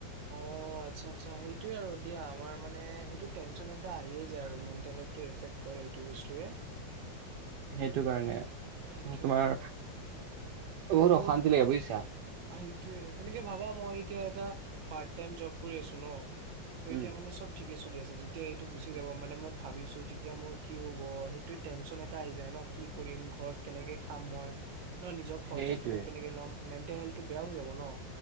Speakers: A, on the right; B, on the right.
A: অ', আচ্ছা আচ্ছা, সেইটোৱে আৰু দিয়া আমাৰ মানে সেইটো টেনচন এটা আহিয়ে যায় আৰু মেণ্টেল হেল্থটো এফেক্ট কৰে সেটো বস্তুৱে।
B: সেইটো কাৰণে।
A: সেইটোয়ে
B: তোমাৰ বহুত
A: মোৰ
B: অশান্তি লাগে বুজিছা
A: সেইটোয়ে তেনেকে ভাবা মই এতিয়া এটা পাৰ্ট টাইম জ'ব কৰি আছো ন'! ত'
B: উম
A: এতিয়া মানে চব ঠিকে চলি আছে, যেতিয়া এইটো গুচি যাব মানে মই ভাবিছো তেতিয়া মোৰ কি হ'ব, সেইটোয়ে টেনচন এটা আহি যায় ন'! কি কৰিম ঘৰত কেনেকে খাম মই, ন' নিজৰ খৰচা
B: সেইটোয়ে
A: খিনি কেনেকে ল'ম মেণ্টেল হেল্থটো বেয়া হৈ যাব ন'?